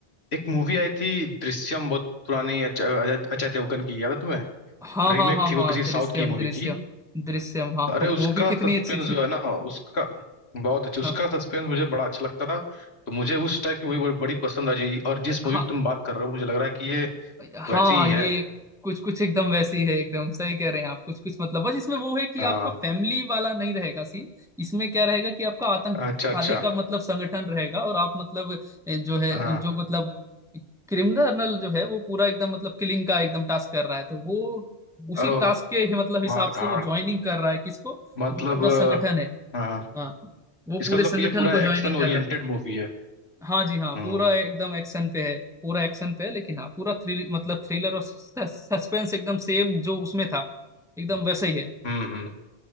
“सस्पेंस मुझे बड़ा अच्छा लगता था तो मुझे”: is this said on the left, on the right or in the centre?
Left